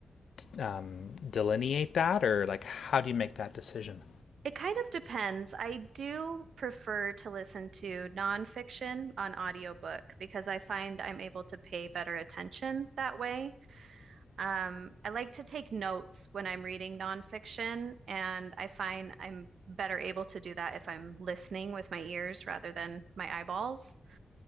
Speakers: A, on the left; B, on the right.
A: um, delineate that, or like, how do you make that decision?
B: It kind of depends. I do prefer to listen to nonfiction on audiobook because I find I'm able to pay better attention that way. Um, I like to take notes when I'm reading nonfiction, and I find I'm better able to do that if I'm listening with my ears rather than my eyeballs.